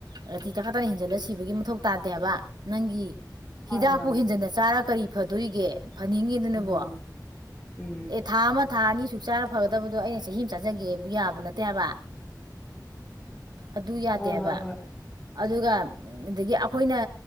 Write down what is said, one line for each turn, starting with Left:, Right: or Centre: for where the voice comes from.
Right: ꯔꯥꯇꯤ ꯇꯀꯥ ꯇꯅ ꯍꯦꯟꯖꯜꯂ ꯁꯤꯕꯒꯤ ꯃꯊꯧ ꯇꯥꯗꯦ ꯍꯥꯏꯕ ꯅꯪꯒꯤ
Left: ꯃꯥꯅꯦ
Right: ꯍꯤꯗꯥꯛꯄꯨ
Left: ꯃꯥꯅꯦ
Right: ꯍꯦꯟꯖꯟꯅ ꯆꯥꯔꯒ ꯀꯔꯤ ꯐꯗꯣꯔꯤꯒꯦ ꯐꯅꯤꯡꯉꯗꯨꯅꯕꯣ
Left: ꯎꯝ ꯎꯝ
Right: ꯑꯦ ꯊꯥ ꯑꯃ ꯊꯥ ꯑꯅꯤ ꯁꯨꯛ ꯆꯥꯔ ꯐꯕ ꯠꯇꯕꯗꯣ ꯑꯩꯅ ꯆꯍꯤ ꯑꯃ ꯆꯥꯖꯒꯦ ꯌꯥꯕ ꯅꯠꯇꯦꯕ ꯑꯗꯨ ꯌꯥꯗꯦꯕ
Left: ꯍꯣꯏ ꯍꯣꯏ ꯍꯣꯏ
Right: ꯑꯗꯨꯒ ꯑꯗꯒꯤ ꯑꯩꯈꯣꯏꯅ